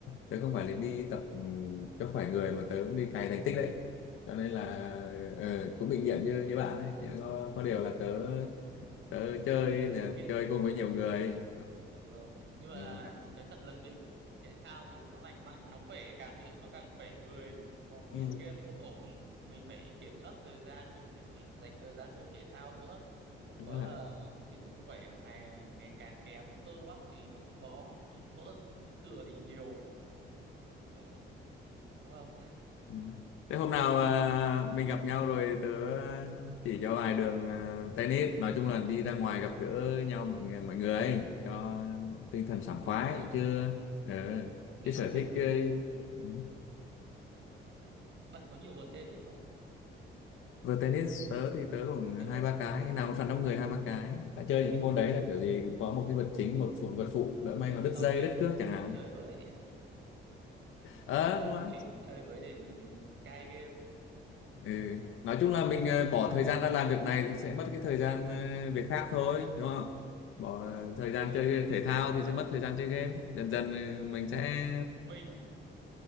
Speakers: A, on the left; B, on the right.
A: tớ không phải là đi tập ừ, cho khỏe người mà tớ cũng đi cày thành tích đấy cho nên là
B: à <laughs>
A: ừ, cũng bình diện như như bạn ấy có, có điều
B: đấy.
A: là tớ tớ
B: Ừ,
A: chơi là
B: nghiện
A: chơi cùng với nhiều người
B: Đúng rồi. Nhưng mà
A: ừ, gặp
B: nói thật là nghiện thể thao thì nó lành mạnh, nó khỏe, càng nghiện nó càng khỏe người. Còn
A: ừ,
B: nghiện game thì không ổn, mình phải kiểm soát thời gian, mình phải dành thời gian chơi thể thao nữa. Không
A: đúng
B: có
A: rồi
B: là cái sức khỏe của ngày ngày càng kém, cơ bắp thì không có, mỡ thừa thì nhiều. Đấy, đúng không?
A: Ừ. Thế hôm nào
B: Ừ,
A: à, mình gặp nhau rồi tớ chỉ cho vài đường à, tennis nói chung là đi ra ngoài gặp gỡ nhau mọi người mọi người ấy, cho tinh thần
B: ừ,
A: sảng khoái
B: thế cũng được.
A: chứ ờ,
B: Ừ. Thế mình
A: chứ sở
B: hỏi thêm
A: thích ấy,
B: chút, ừ,
A: ừ.
B: ừ, bạn có nhiều vợt tennis không?
A: vừa tennis tớ thì tớ khoảng
B: Nếu mà
A: hai ba cái nào có sẵn đông người hai ba cái
B: ừ,
A: đã chơi những
B: ừ,
A: cái môn đấy là kiểu gì cũng có một
B: ừ,
A: cái vật
B: đấy.
A: chính một phụ vật phụ
B: Ờ,
A: lỡ may
B: thế hôm
A: mà đứt
B: sau
A: dây
B: chỉ
A: đứt cước chẳng
B: mình
A: hạn
B: chơi với. Ừ.
A: ờ
B: Hôm sau
A: đúng rồi
B: chỉ mình chơi với để mình cai game
A: Ừ. Nói chung là mình ờ, bỏ thời gian ra làm việc này thì sẽ mất cái thời gian ờ, việc khác thôi đúng không? Bỏ ờ, thời
B: đúng
A: gian
B: rồi
A: chơi thể thao
B: nhưng
A: thì
B: mà
A: sẽ mất thời gian chơi game. Dần dần ờ, mình sẽ
B: mình